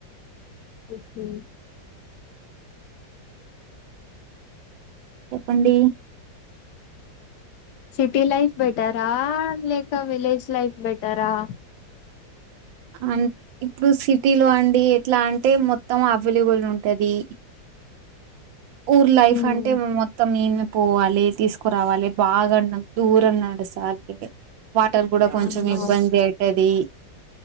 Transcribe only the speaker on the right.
చెప్పండి
అన్ ఇప్పుడు సిటీ లో అండి ఎట్లా అంటే మొత్తం అవిలుబుల్ ఉంటది ఊర్ లైఫ్
అంటే మొత్తం ఏమి పోవాలే తీస్కురావాలే బాగన్న దూరం నడుసాలీ వాటర్ గూడా కొంచెం
ఇబ్బంది అయితది